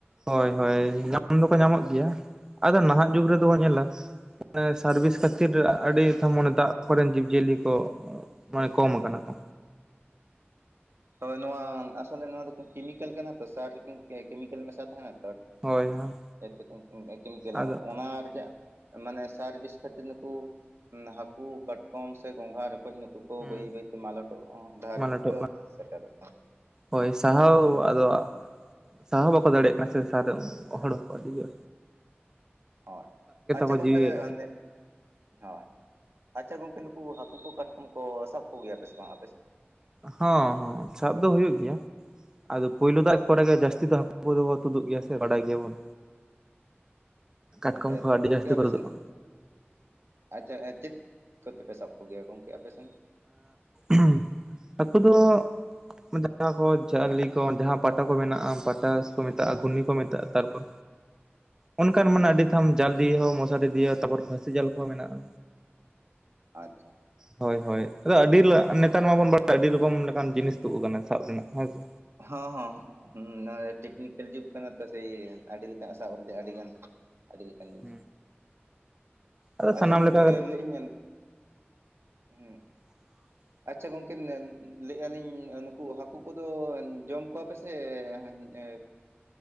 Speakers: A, on the right; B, on the right.
A: ᱦᱳᱭ ᱦᱳᱭ, ᱧᱟᱢ ᱫᱚᱠᱚ ᱧᱟᱢᱚᱜ ᱜᱮᱭᱟ ᱟᱫᱚ ᱱᱟᱦᱟᱜ ᱡᱩᱜᱽ ᱨᱮᱫᱚ ᱵᱚ ᱧᱮᱞᱟ, ᱚᱱᱮ ᱥᱟᱨ-ᱵᱤᱥ ᱠᱷᱟᱹᱛᱤᱨ ᱟᱹᱰᱤ ᱛᱚ ᱢᱟᱱᱮ ᱫᱟᱜ ᱠᱚᱨᱮᱱ ᱡᱤᱵᱽ-ᱡᱤᱭᱟᱹᱞᱤ ᱠᱚ, ᱢᱟᱱᱮ ᱠᱚᱢ ᱟᱠᱟᱱᱟ ᱠᱚ᱾
B: ᱛᱚ ᱱᱚᱣᱟ ᱟᱥᱚᱞᱮ ᱱᱚᱣᱟ ᱫᱚ ᱠᱤᱢᱤᱠᱟᱞ ᱠᱟᱱᱟ ᱛᱚ ᱥᱟᱨᱠᱤᱱ ᱮ ᱠᱤᱢᱤᱠᱟᱞ ᱢᱮᱥᱟ ᱛᱟᱦᱮᱱᱟ᱾
A: ᱦᱳᱭ ᱦᱳᱭ
B: <unintelligible>
A: ᱟᱫᱚ
B: ᱚᱱᱟ ᱨᱮᱭᱟᱜ ᱢᱟᱱᱮ ᱥᱟᱨ-ᱵᱤᱥ ᱠᱷᱟᱹᱛᱤᱨ ᱱᱩᱠᱩ, ᱦᱟᱹᱠᱩ ᱠᱟᱴᱠᱚᱢ ᱥᱮ ᱜᱚᱝᱜᱷᱟ ᱨᱚᱠᱚᱡ ᱱᱩᱠᱩ ᱠᱚ
A: ᱦᱩᱸ
B: ᱵᱟᱹᱭ ᱵᱟᱹᱭᱛᱮ ᱢᱟᱞᱚᱴᱚᱜ ᱰᱟᱦᱟᱨ
A: ᱢᱟ
B: ᱨᱮᱜᱮ
A: ᱞᱟᱹᱴᱩᱜ
B: ᱠᱚ, ᱥᱮᱴᱮᱨᱚᱜ ᱠᱟᱱᱟ
A: ᱦᱳᱭ ᱥᱟᱦᱟᱣ ᱟᱫᱚ ᱥᱟᱦᱟᱣ ᱵᱟᱠᱚ ᱫᱟᱲᱮᱭᱟᱜ ᱠᱟᱱᱟ ᱥᱟᱨᱮ ᱦᱚᱲ ᱦᱚᱸᱠᱚ ᱟᱹᱰᱤ ᱜᱮ᱾
B: ᱦᱚᱸ, ᱟᱪᱪᱷᱟ
A: ᱠᱚ
B: ᱜᱚᱝᱠᱮ
A: ᱡᱤᱣᱤ
B: ᱟᱹᱱᱤᱜ ᱦᱳᱭ, ᱟᱪᱪᱷᱟ ᱜᱚᱝᱠᱮ ᱱᱩᱠᱩ ᱦᱟᱹᱠᱩ ᱠᱚ ᱠᱟᱴᱠᱚᱢ ᱠᱚ ᱥᱟᱵ ᱠᱚᱜᱮᱭᱟ ᱯᱮ ᱥᱮ ᱵᱟᱝ ᱟᱯᱮ ᱥᱮᱜ?
A: ᱦᱚᱸ ᱦᱚᱸ ᱥᱟᱵ ᱫᱚ ᱦᱩᱭᱩᱜ ᱜᱮᱭᱟ᱾ ᱟᱫᱚ ᱯᱳᱭᱞᱳ ᱫᱟᱜ ᱠᱚᱨᱮ ᱜᱮ ᱡᱟᱹᱥᱛᱤ ᱫᱚ ᱦᱟᱹᱠᱩ ᱠᱚᱫᱚ ᱛᱩᱫᱩᱜ ᱜᱮᱭᱟ ᱥᱮ ᱵᱟᱰᱟᱭ ᱜᱮᱭᱟᱵᱚᱱ᱾ ᱠᱟᱴᱠᱚᱢ
B: <inaudible>
A: ᱠᱚᱦᱚᱸ ᱟᱹᱰᱤ
B: ᱜᱚᱝᱠᱮ
A: ᱡᱟᱹᱥᱛᱤ ᱠᱚ
B: ᱟᱯᱮᱥᱮᱱ
A: ᱛᱩᱫᱩᱜᱼᱟ
B: ᱟᱪᱪᱷᱟ, ᱪᱮᱫ ᱠᱚᱛᱮᱯᱮ ᱥᱟᱵ ᱠᱚ ᱜᱮᱭᱟ ᱜᱚᱝᱠᱮ ᱟᱯᱮ ᱥᱮᱱ?
A: <unintelligible> ᱦᱟᱹᱠᱩ ᱫᱚ, ᱡᱟᱦᱟᱸ ᱠᱚ ᱡᱷᱟᱹᱞᱤ ᱠᱚ ᱡᱟᱦᱟᱸ ᱯᱟᱴᱟ ᱠᱚ ᱢᱮᱱᱟᱜᱼᱟ ᱯᱟᱴᱟᱥ ᱠᱚ ᱢᱮᱛᱟᱜᱼᱟ ᱜᱷᱩᱨᱱᱤ ᱠᱚ ᱢᱮᱛᱟᱜᱼᱟ ᱛᱟᱨᱯᱚᱨ, ᱚᱱᱠᱟᱱ ᱢᱟᱱᱮ ᱟᱹᱰᱤ ᱛᱷᱟᱢ ᱡᱟᱞᱤ ᱫᱤᱭᱮ ᱦᱚᱸ ᱢᱚᱥᱟᱨᱤ ᱫᱤᱭᱮ ᱛᱟᱯᱚᱨ ᱯᱷᱟᱹᱥᱤ ᱡᱟᱞ ᱠᱚᱦᱚᱸ ᱢᱮᱱᱟᱜᱼᱟ᱾
B: ᱟᱪᱪᱷᱟ,
A: ᱦᱳᱭ ᱦᱳᱭ, ᱟᱫᱚ ᱟᱹᱰᱤ ᱞᱟ ᱱᱮᱛᱟᱨ ᱢᱟᱵᱚᱱ ᱵᱟᱲᱟᱭᱟ ᱟᱹᱰᱤ ᱨᱚᱠᱚᱢ ᱞᱮᱠᱟᱱ ᱡᱤᱱᱤᱥ ᱛᱩᱫ ᱟᱠᱟᱱᱟ ᱥᱟᱵ ᱨᱮᱱᱟᱜ ᱦᱮᱸᱥᱮ᱾
B: ᱦᱚᱸ ᱦᱚᱸ᱾ ᱦᱩᱸ ᱱᱚᱣᱟ ᱴᱮᱠᱱᱤᱠᱮᱞ ᱡᱩᱜᱽ ᱠᱟᱱᱟ ᱛᱚ ᱥᱮᱭ ᱟᱹᱰᱤ ᱞᱮᱠᱟᱱᱚᱜ ᱥᱟᱵ ᱟᱹᱰᱤ ᱜᱟᱱ ᱟᱹᱰᱤᱼᱼ <unintelligible>
A: ᱦᱩᱸ ᱟᱫᱚ
B: ᱟᱪᱪᱷᱟ
A: ᱥᱟᱱᱟᱢ
B: ᱜᱚᱝᱠᱮ
A: ᱞᱮᱠᱟ
B: ᱞᱟᱹᱭ ᱟᱹᱧ <unintelligible>
A: <inaudible>
B: ᱟᱪᱪᱷᱟ ᱜᱚᱝᱠᱮ ᱞᱟᱹᱭᱮᱫᱼᱟ ᱞᱤᱧ ᱱᱩᱠᱩ ᱦᱟᱹᱠᱩ ᱠᱚᱫᱚ ᱡᱚᱢ ᱠᱚᱣᱟ ᱯᱮᱥᱮ <unintelligible> ᱮ